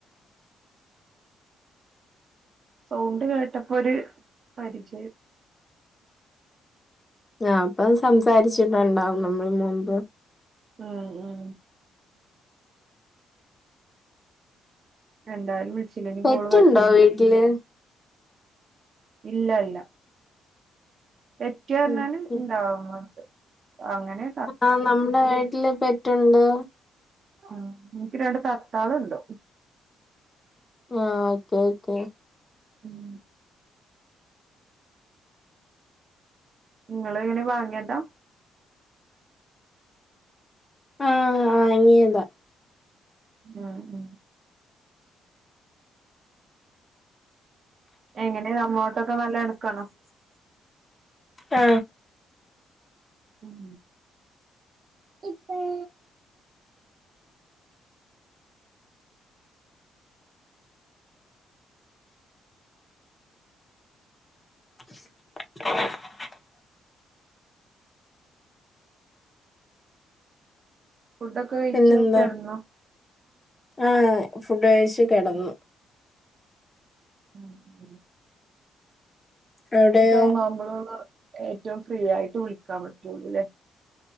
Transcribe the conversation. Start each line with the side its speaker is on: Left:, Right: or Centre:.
Right: സൗണ്ട് കേട്ടപ്പോ ഒരു പരിജയം
Left: ആഹ് അപ്പം സംസാരിച്ചിട്ടൊണ്ടാവും നമ്മള് മുമ്പ്
Right: ആഹ് ആഹ് എന്തായാലും വിളിച്ചില്ലെങ്കി
Left: പെറ്റുണ്ടോ
Right: കോള് കട്ടെയ്യാനും
Left: വീട്ടില്
Right: പറ്റില്ല ഇല്ല ഇല്ല പെറ്റിയാ പറഞ്ഞാല്
Left: ഓക്കെ
Right: ഇണ്ടാവും തോന്ന്ണ്ട്അങ്ങനെ
Left: ആഹ് നമ്മുടെ വീട്ടില് പെറ്റുണ്ട്
Right: ഉം എൻക്ക് രണ്ട് തത്താളുണ്ട്
Left: ആഹ് ഓക്കെ ഓക്കേ
Right: ഉം ഇങ്ങള് എങ്ങനെ വാങ്ങിയതാ
Left: ആഹ് വാങ്ങിയതാ
Right: ആഹ് ആ എങ്ങനെ നമ്മോട്ടൊക്കെ നല്ല എടുക്കണോ
Left: ആ
Right: ഉം <unintelligible>
Left: <inaudible>
Right: ഫുഡൊക്കെ കഴിച്ചോ
Left: പിന്നെന്താ
Right: കെടന്നോ?
Left: ആഹ് ഫുഡ്ഡഴിച് കെടന്നു.
Right: ഉം <unintelligible>
Left: അവിടെയോ
Right: ഈ ടൈമാവുമ്പളാണ് ഏറ്റവും ഫ്രീയായിട്ട് വിളിക്കാൻ പറ്റൊള്ളൂ ല്ലേ?